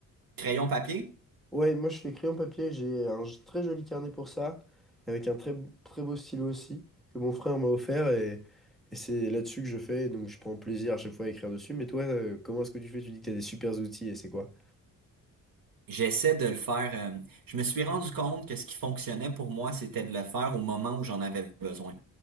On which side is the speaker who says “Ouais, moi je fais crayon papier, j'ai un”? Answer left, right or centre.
Centre